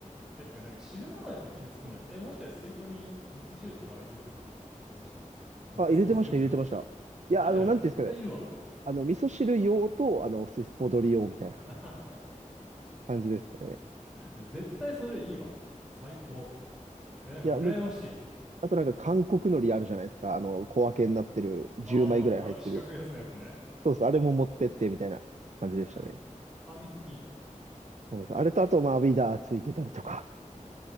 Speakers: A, in the centre; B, on the right.
A: え、とか、なんか汁物やって気づくない。え、もしかして水筒に味噌汁とか入れてたそれしたら。
B: <laughs>
A: さすがにスポーツドリンクだった。
B: あ、入れてました、入れてました。
A: えだよね、
B: いや、あの、なんていうんですかね。
A: 絶対いるわ。
B: あの、味噌汁用と、あの、普通にスポドリ用みたいな
A: <laughs>
B: 感じでしたね。
A: え、絶対それいいわ。最高。え、なんか羨ましい。
B: いや、めあとなんか韓国海苔あるじゃないですか。あの、小分けになってる、10枚ぐらい入ってる。
A: あ、あの、ある四角いやつのやつね。
B: そうそう、あれも持ってってみたいな感じでしたね。
A: <laughs> 神すぎる。
B: そうです。あれとあと、まあ、ウィダーついてたりとか